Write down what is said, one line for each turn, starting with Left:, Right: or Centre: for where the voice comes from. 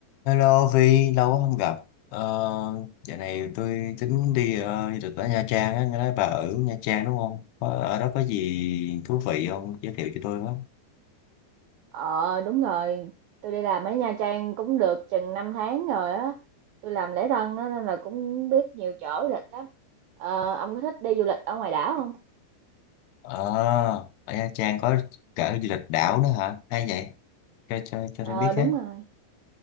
Left: Hello Vi, lâu quá không gặp. Ờ, dạo này tôi tính đi ờ, du lịch ở Nha Trang á, nghe nói bà ở Nha Trang đúng không? Có, ở đó có gì thú vị không? Giới thiệu cho tôi với.
Right: Ờ, đúng rồi, tôi đi làm ở Nha Trang cũng được chừng 5 tháng rồi á. Tôi làm lễ tân á nên là cũng biết nhiều chỗ du lịch lắm. Ờ, ông có thích đi du lịch ở ngoài đảo không?
Left: Ờ, ở Nha Trang có cả du lịch đảo nữa hả? Hay vậy? Cho cho cho
Right: Ờ,
Left: tôi biết
Right: đúng
Left: hết.
Right: rồi.